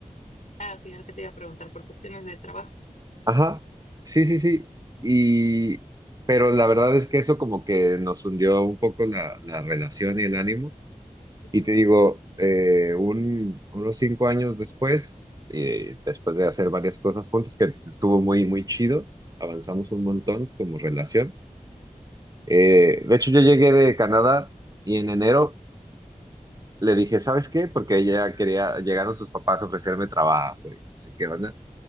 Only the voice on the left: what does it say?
Ah, ok, ahora que te iba a preguntar por cuestiones de trabajo.
Ujú,